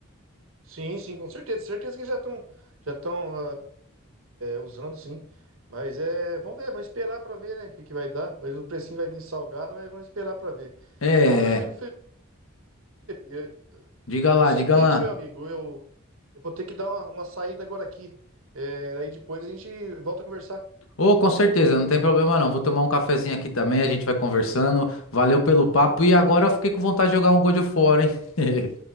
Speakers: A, on the right (about 75°); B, on the left (about 80°).
A: sim, sim, com certeza. Certeza que já estão já estão usando, sim. Mas é, vamos ver, vamos esperar para ver, né, o que, que vai dar. Mas o precinho vai vir salgado, mas vamos esperar para ver.
B: É,
A: Ô, meu amigo Felipe, é,
B: diga lá,
A: o seguinte,
B: diga lá.
A: meu amigo, eu, eu vou ter que dar uma, uma saída agora aqui. É, aí depois a gente volta a conversar.
B: Ô, com certeza, não tem problema não. Vou tomar um cafezinho aqui também, a gente vai conversando. Valeu pelo papo e agora eu fiquei com vontade de jogar um God of War, hein? <laughs>